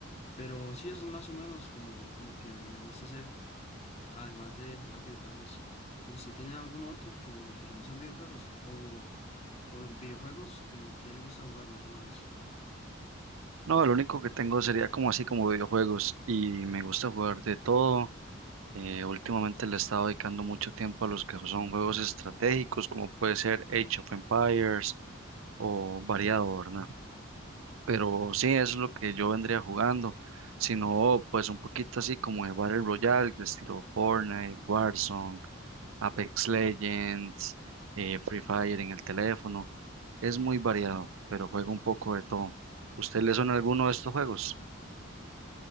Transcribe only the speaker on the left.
Pero sí es más o menos como lo que me gusta hacer, además de jugar videojuegos. ¿Usted tiene algún otro que, que no sean videojuegos? ¿O, o en videojuegos como que le gusta jugar más o menos?